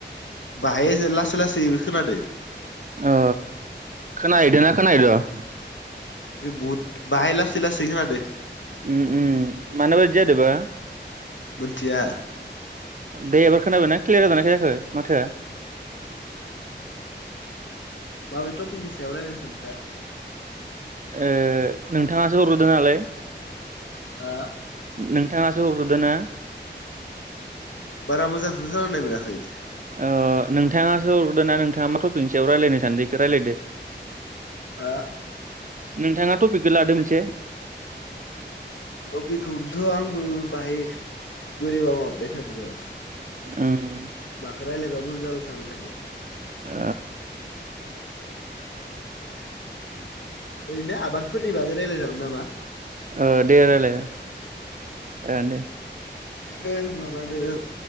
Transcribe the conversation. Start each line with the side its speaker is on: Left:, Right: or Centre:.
Left: बाहाय लासै लासैबो खोनादो
Right: अ खोनाहैदो ना खोनायोैद'
Left: बहुद बाहाय लासै लासै खोनादों
Right: उम उम मानोबा बिदि जादोबा।
Left: मिथिया
Right: दे एबार खोनाबायना क्लियार जानाय खायाखै माथोआ।
Left: माबायथ' थफिख नि सायाव रायलायनो सानदों?
Right: ओ नोंथाङासो ह'ग्रोदो नालाय
Left: हा
Right: नोंथाङा सो हरग्रोदो ना
Left: बारा मोजांखो खोनानाय मोनाखै।
Right: ओ नोंथाङासो हरदो ना नोंथाङा मा टपिकनि सायाव रायज्लायनो सानदोंखौ रायलायदो।
Left: हा
Right: नोंथाङा टपिकखौ लादो मोनस
Left: टपिखन्थ' आंबो बाहाय बोरैबा माबाबाय थादों र'
Right: ओम
Left: माखो रायलायबा मोजां जागोन सानबाय थादो।
Right: ओ
Left: ओरैनो आबादफोरनि बागै रायजलाय जागोन नामा?
Right: ओ दे रायलाय ओन दे
Left: ओंदे माबानो